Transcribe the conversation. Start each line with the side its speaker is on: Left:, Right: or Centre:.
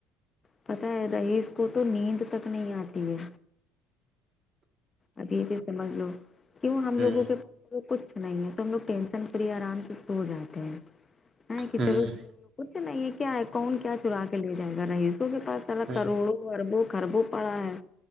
Left: پتاہ ہے رئییس کو تو نیند تک نہیں آتی ہے ابھی پ سمجھ لو کیوں ہم
Right: ہوں
Left: لوگوں کے کچھ نہیں ہے ت ہم لوگ ٹینشن فری آرام سے سو جاتے ہیں کہ
Right: ہوں
Left: چلو سو کچھ نہیں ہے کیا ہے کون کیا چرا کے لے جائے گا رئیسوں کے پاس الگ
Right: ہ
Left: کروڑوں اربوں خربو پڑا ہے